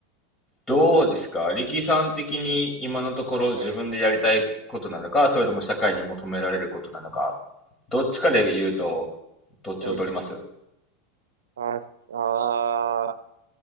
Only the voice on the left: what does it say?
どうですか力さん的に今のところ自分でやりたいことなのか、
それとも社会に求められることなのか、どっちかで言うと、どっちを取ります